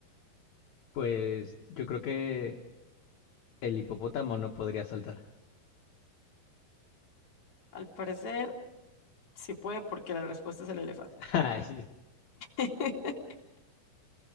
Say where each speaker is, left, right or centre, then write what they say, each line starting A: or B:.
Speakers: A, on the left (about 65°); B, on the left (about 30°).
A: Pues yo creo que El hipopótamo no podría saltar.
B: Al parecer, sí puede porque la respuesta es el elefante.
A: <laughs> Ay,
B: <laughs>